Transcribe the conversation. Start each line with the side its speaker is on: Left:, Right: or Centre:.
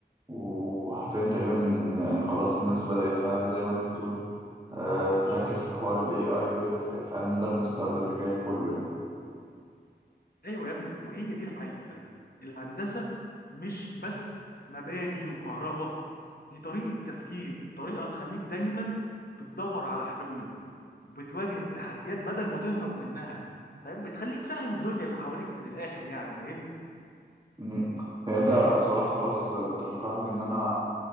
Right: وحرفيا تقريبا يعني خلاص الناس بدأت فعلا زي ما أنت بتقول آه، تركز في حوار ال AI وكده فهي فعلا ده المستقبل اللي جاي كله يعني
Left: ايوه يا ابني وهي دي الحقيقه الهندسه مش بس مباني وكهرباء دي طريقه تفكير طريقه تخليك دايما بتدور على حلول وبتواجه التحديات بدل ما تهرب منها فاهم بتخليك فاهم الدنيا اللي حواليك من الاخر يعني فاهمني
Right: مم. يعني أنت أبو صلاح خلاص بترشح لي إن أنا